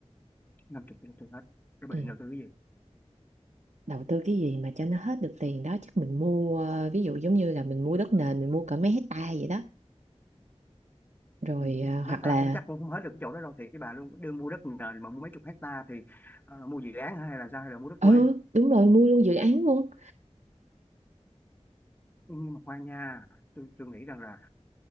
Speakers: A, on the left; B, on the right.
A: năm chục thì đầu tư hết rồi
B: ừ.
A: bà định đầu tư cái gì
B: đầu tư cái gì mà cho nó hết được tiền đó chắc mình mua ờ, ví dụ giống như là mình mua đất nền mình mua cả mấy hectare vậy đó rồi
A: Ừ,
B: ờ, hoặc
A: mấy ta
B: là
A: cũng chắc cũng không hết được cái chỗ đó đâu thiệt với bà luôn đưa mua đất nền mà mua mấy chục hecta thì ờ, mua dự án hả? hay là sao hay là mua đất
B: ừ
A: quê
B: đúng rồi mua luôn dự án luôn
A: nhưng mà khoan nha tôi tôi nghĩ rằng là